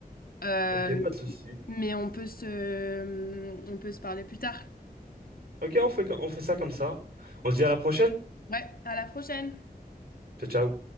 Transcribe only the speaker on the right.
Ok, pas de souci.
Ok, on fait, co- on fait ça comme ça. On se dit à la prochaine.
Ciao, ciao.